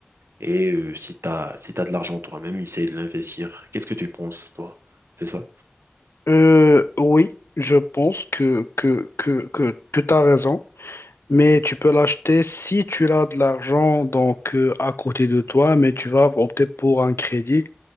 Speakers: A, on the right; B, on the left.
A: Et euh, si t'as, si t'as de l'argent toi-même, essaye de l'investir. Qu'est-ce que tu penses, toi, de ça?
B: Euh, oui, je pense que, que, que, que, que tu as raison, mais tu peux l'acheter si tu as de l'argent donc euh, à côté de toi, mais tu vas opter pour un crédit,